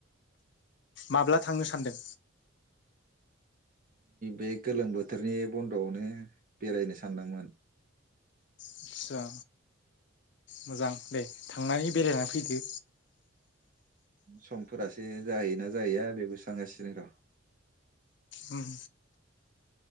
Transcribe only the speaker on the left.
माब्ला थांनो सानदों?
आदसा मोजां दे थांनानै बेरायनानै फैदो।
उम।